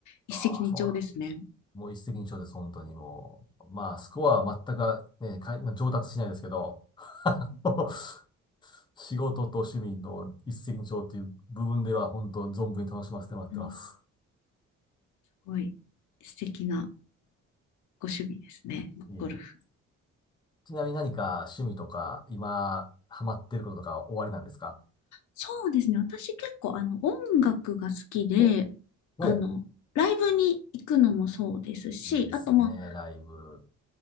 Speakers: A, on the left; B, on the left.
A: 一石二鳥ですね。
B: ああ、そうなんだ。もう一石二鳥です、本当にもう。まあ、スコアは全く、ね、かい上達しないですけど、<laughs> あの仕事と趣味の一石二鳥っていう部分では、本当存分に楽しませてもらってます。
A: うんすごい素敵なご趣味ですね、
B: いえいえ
A: ゴルフ。
B: ちなみに何か趣味とか、今、ハマってることとか終わりなんですか
A: そうですね。私結構あの音楽が好きで、
B: お、お、
A: あの、ライブに行くのもそうですし、
B: いいですね、
A: あとま
B: ライブ。